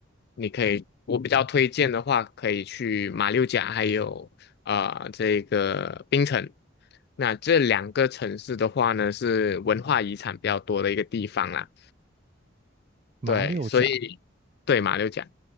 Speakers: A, on the left (about 55°); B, on the right (about 35°).
A: 你可以，我比较推荐的话，可以去马六甲，还有啊这个槟城。那这两个城市的话呢，是文化遗产比较多的一个地方啦。
B: 马六甲，
A: 对，所以对马六甲。